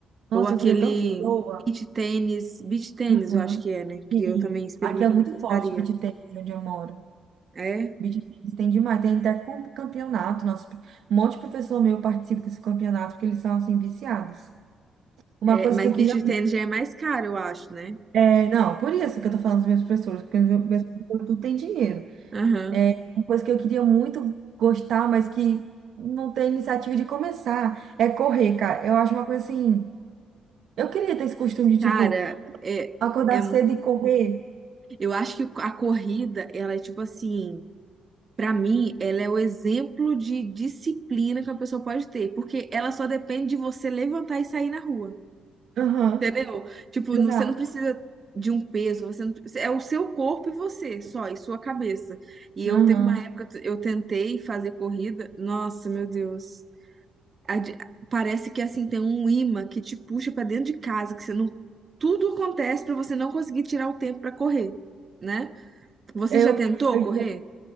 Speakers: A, on the right (about 70°); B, on the right (about 35°).
A: Nossa,
B: Ou aquele
A: eu queria tanto ser boa.
B: beach tênis, beach tênis,
A: Uhum,
B: eu acho que é, né? Que
A: sim.
B: eu também experime-
A: Aqui é muito
B: gostaria.
A: forte beach tennis, onde eu moro.
B: É,
A: Beach tennis tem demais. Tem até com- campeonato. Nosso, um monte de professor meu participa desse campeonato, porque eles são, assim, viciados. Uma
B: é,
A: coisa
B: mas
A: que eu queria
B: beach
A: muito.
B: tênis já é mais caro, eu acho, né?
A: É, não, por isso que eu tô falando dos meus professores, porque os meus professores tudo tem dinheiro.
B: Aham.
A: É uma coisa que eu queria muito gostar, mas que não tem iniciativa de começar, é correr, cara. Eu acho uma coisa assim. Eu queria ter esse costume de,
B: Cara,
A: tipo,
B: é,
A: acordar
B: é
A: cedo e correr.
B: Eu acho que a corrida, ela é tipo assim, pra mim, ela é o exemplo de disciplina que uma pessoa pode ter, porque ela só depende de você levantar e sair na rua,
A: Aham.
B: entendeu? Tipo,
A: Exato.
B: não- você não precisa de um peso, você não- é o seu corpo e você só, e sua cabeça. E eu
A: Aham.
B: teve uma época, eu tentei fazer corrida, nossa, meu Deus. A de- Parece que assim tem um imã que te puxa pra dentro de casa, que você não tudo acontece pra você não conseguir tirar o tempo pra correr, né? Você
A: Eu,
B: já tentou
A: eu,
B: correr?